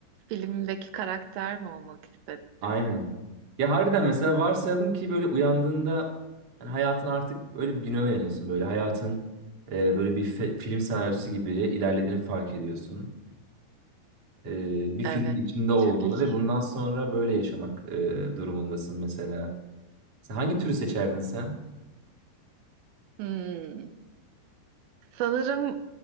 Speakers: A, on the right (about 80°); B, on the right (about 40°).
A: Filmdeki karakter mi olmak istedin?
B: Aynen. Ya harbiden mesela varsayalım ki böyle uyandığında hani hayatın artık öyle bir güne uyanıyorsun böyle hayatın e, böyle bir fe- film senaryosu gibi ilerlediğini fark ediyorsun. e, bir filmin
A: Evet.
B: içinde olduğunu
A: Çok iyi.
B: ve bundan sonra böyle yaşamak e, durumundasın mesela. Sen hangi türü seçerdin sen?
A: Hmm. Sanırım